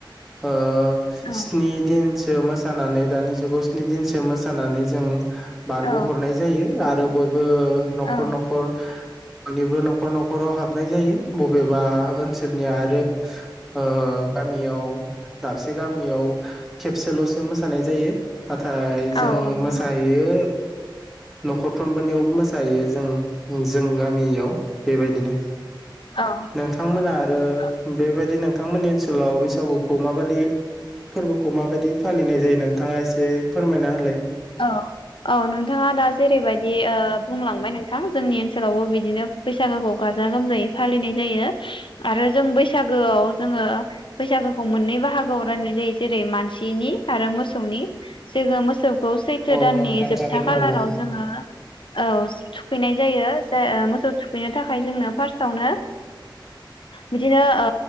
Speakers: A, in the centre; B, on the left.
A: ओ
B: औ
A: स्नि दिनसो मास सानानै दानि जुगाव स्नि दिनसो मोसानानै जों बारग'
B: औ
A: हरनाय जायो आरो बो नखर
B: औ
A: नखर बयनिबो नखर नख खराव हाबनाय जायो बबेबा ओनसोलनिआ आरो ओ गामियाव दाबसे गामियाव खेबसेलसो मोसानाय जायो। नाथाय जों
B: औ नंगौ
A: मोसाहैयो नखरफ्रोमबो नेयाव मोसाहायो जों जों गाम मियाव बेबायदिनो
B: औ
A: नोंथांमोन आरो
B: औ
A: बेबायदि नोंथांमोननि ओनसोलाव बैसागुखौ माबादि फोरबोखौ माबायदि फालिनाय जायो नोंथाङा एसे फोरमायना होलाय
B: औ औ नोंथाङा दा जेरैबायदि ओ बुंलांबाय नोंथां जोंनि ओनसोलावबो बिदिनो बैसागोखौ गाजा गोमजायै फालिनाय जायो आरो जों बैसागोआव जोङो बैसागोखौ मोननै बाहागोआव राननाय जायो जेरै मानसिनि आरो मोसौनि। जोङो मोसौ खौ सैथो
A: औ
B: दाननि
A: नोंथाङा
B: जोबथा
A: थारैनो
B: खालाराव
A: नंगौ
B: जोङो ओ थुखैनाय जायो। <unintelligible> मोसौ थुखैनो थाखाय जोंनो फार्स्टआवनो बिदिनो ओ